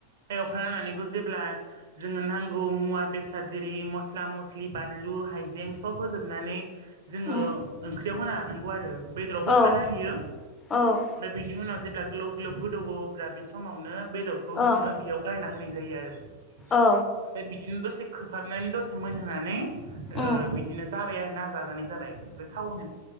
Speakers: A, on the right (about 60°); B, on the left (about 20°).
A: जाउफ्रा जेब्ला जोंनो नांगै मुआ बेसाद जेरै मस्ला मस्लि बानलु हाइजें सब होजोबनानै जोङो
B: उम
A: ओं ख्रि आव होना हानांगौ आरो बेदराबो
B: औ
A: होखा हायो
B: औ
A: बिनि उनाव जेब्ला ग्लोब ग्लोब गोदौ अब्ला बे समावनो बेदरखौ
B: औ
A: जोङो बेयाव गायना होनाय जायो आरो। ओमफाय
B: औ
A: बिदिनो दसे हाबनानै दसे मोनहोनानै ओ
B: उम
A: बिदिनो ओ जाबाय आरो ना जाजानाय जाबाय गोथावनो